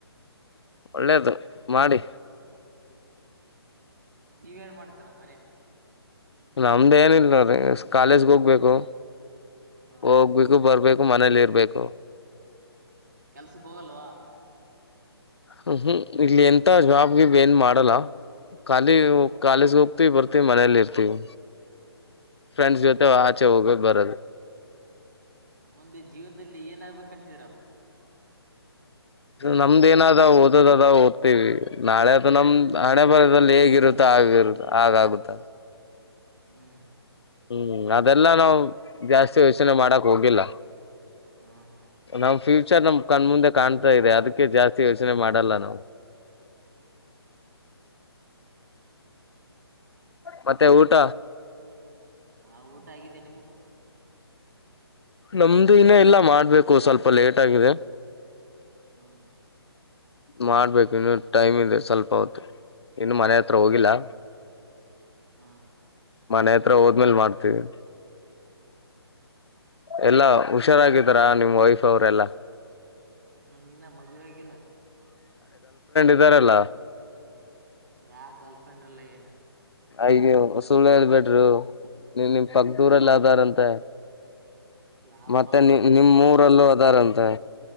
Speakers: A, on the left; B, on the right.
A: ಒಳ್ಳೇದು ಮಾಡಿ.
B: ನೀವೇನ್ ಮಾಡ್ತಾರ ಮನೇಲಿ.
A: ನಮ್ದ ಏನಲ್ರಿ ಕಾಲೇಜ್ಗೆ ಹೋಗ್ಬೇಕು.
B: ಹ್ಮ
A: ಹೋಗ್ಬೇಕು ಬರಬೇಕು. ಮನೇಲಿ ಇರಬೇಕು.
B: ಕೆಲ್ಸಕ್ ಹೋಗಲ್ವಾ
A: ಹಹ್ಮ್ ಇಲ್ಲಿ ಎಂತ ಜಾಬ್ಗೇಬ ಏನ್ ಮಾಡಲ್ಲ. ಖಾಲಿ
B: ಹ್ಮ್
A: ಕಾಲೇಜು. ಇರ್ತಿ ಬರ್ತಿವಿ ಮನೇಲಿ ಇರ್ತಿವಿ. ಫ್ರೆಂಡ್ಸ್ ಜೊತೆ ಆಚೆ ಹೋಗ್ಬಬರದು.
B: ಮುಂದೆ ಜೀವನದಲ್ಲಿ ಏನಾಗಬೇಕಂತಿದರ.
A: ನಮ್ದ ಏನಾದ ಓದದ್ ಅದ ಓದ್ತೀವಿ ನಾಳೆ ಅದು ನಮ್ದ್ ಹಣೆ ಬರದದಲ್ಲಿ ಹೇಗಿರುತ್ತ ಆಗಿರುತ್ತ ಆಗ ಆಗುತ್ತ.
B: ಹ್ಮ್.
A: ಹ್ಮ್ ಅದೆಲ್ಲಾ ನಾವ್ ಜಾಸ್ತಿ ಯೋಚನೆ ಮಾಡಕ್ ಹೋಗಿಲ್ಲ.
B: ಹ್ಮ್
A: ನಾಮಫೀ ನ ಕಣ ಮುಂದೆ ಕಾಣ್ತಾ ಇದೆ ಅದಕ್ಕೆ ಜಾಸ್ತಿ. ಯೋಚನೆ ಮಾಡಲ್ಲ ನಾವು ಮತ್ತೆ ಊಟ.
B: ಹಾ ಊಟ ಆಗಿದ್ದೇ ನಿಮ್ಮದು.
A: ನಮ್ದು ಇನ್ನ ಎಲ್ಲ ಮಾಡ್ಬೇಕು ಸ್ವಲ್ಪ ಲೇಟ್ ಆಗಿದೆ.
B: ಹ್ಮ್
A: ಮಾಡ್ಬೇಕು ಇನ್ನು ಟೈಮ್ ಇದೆ ಸ್ವಲ್ಪ ಹೊತ್ತು ಇನ್ನು ಮನೆ ಹತ್ರ ಹೋಗಿಲ್ಲಾ.
B: ಹಾ
A: ಮನೆ- ಹತ್ರ ಹೋದ್ಮೇಲ್ ಮಾಡ್ತೀವಿ. ಎಲ್ಲಾ ಹುಷಾರಾಗಿದಾರಾ ನಿಮ್ ವೈಫ್ ಅವರೆಲ್ಲಾ.
B: ನಮಗಿನ್ನ ಮದ್ವೆ ಆಗಿಲ್ಲ.
A: ಇದಾರಲ್ಲ
B: ಯಾ ಗರ್ಲ್ಫ್ರೆಂಡ್ ಇಲ್ಲ ಏನಿಲ್ಲ.
A: ಯ ನೀವು ಸುಳ್ಳಲ್ ಬಿಡರು ನೀ ನಿಮ್ ಪಕ್ಕದೂರಲ್ಲ ಅದಾರಂತೆ.
B: ಯಾವ
A: ಮತ್ತೆ
B: ಪಕ್ಕದವರೆಲ್ಲ
A: ನಿ ನಿಮ್ಮ್ಊರಲ್ಲೂ
B: ಏನಿಲ್ಲ
A: ಅದಾರಂತೆ.